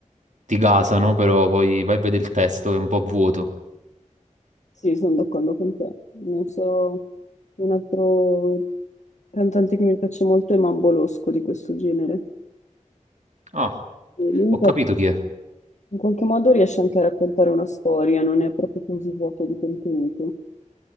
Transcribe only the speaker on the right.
ti gasano, però poi vai a vedere il testo, è un po' vuoto.
Ah,
ho
capito chi è.